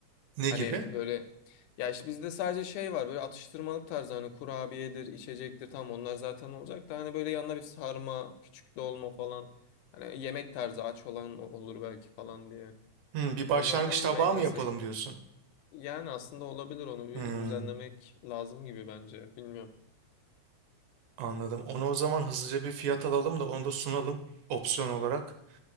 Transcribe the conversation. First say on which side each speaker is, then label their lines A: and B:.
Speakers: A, on the right; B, on the left.
A: Ne
B: Hani
A: gibi?
B: böyle ya işte bizde sadece şey var böyle atıştırmalık tarzı hani kurabiyedir, içecektir tam onlar zaten olacak da hani böyle yanına bir sarma, küçük dolma falan. Hani yemek tarzı aç olan olur belki falan diye.
A: Hmm, bir başlangıç
B: Onlardan
A: tabağı
B: da mı eklesek?
A: mı yapalım diyorsun?
B: Yani aslında olabilir onu bir
A: Hmm,
B: düzenlemek lazım gibi bence. Bilmiyorum.
A: anladım. Onu o zaman hızlıca bir fiyat alalım da onu da sunalım opsiyon olarak.